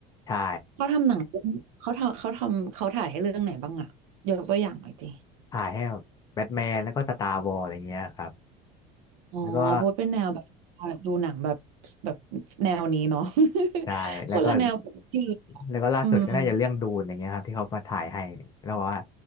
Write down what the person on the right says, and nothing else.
เขาทำหนังเรื่องเขาทำเขาทำเขาถ่ายให้เรื่องไหนบ้างอะยกตัวอย่างหน่อยสิ
อ๋อพราวเป็นแนวแบบ
ดูหนังแบบแบบแนวนี้เนาะ <laughs>
คนละแนวกับที่
อืม